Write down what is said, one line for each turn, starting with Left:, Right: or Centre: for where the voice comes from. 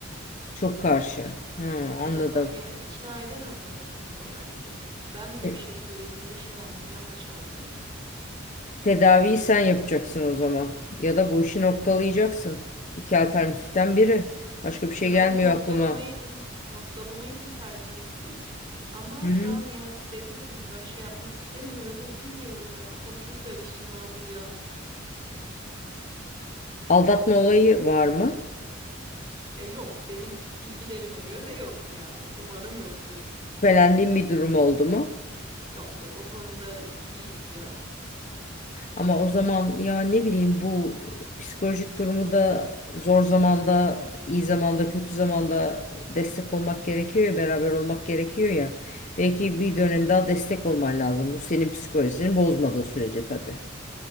Left: çok karşı. Hı,
Right: Evet
Left: anladım.
Right: a- yani ikna edemem onu o konuda bence. Ben bile
Left: E,
Right: bir şey söylediğimde şey anlıyor, yanlış anlıyor.
Left: Tedaviyi sen yapacaksın o zaman. Ya da bu işi noktalayacaksın. İki alternatiften biri. Başka
Right: İşte
Left: bir şey gelmiyor
Right: ben de noktalamayı
Left: aklıma.
Right: dün noktalamayı dün tercih ettim. Ama
Left: Hı hı.
Right: şu an ya seviyorum da şey yapmak istemiyorum. <laughs> Bilmiyorum ya kafam çok karışık ne yapacağım.
Left: Aldatma olayı var mı?
Right: E, yok benim bilgilerime göre yok yani. Umarım yoktur.
Left: Şüphelendiğin bir durum oldu mu?
Right: Yok yok o konuda iyiyiz ya.
Left: Ama o zaman ya ne bileyim bu psikolojik durumu da zor zamanda, iyi zamanda, kötü zamanda destek olmak gerekiyor ya, beraber olmak gerekiyor ya. Belki bir dönem daha destek olman lazım. Bu senin psikolojini bozmadığı sürece tabii.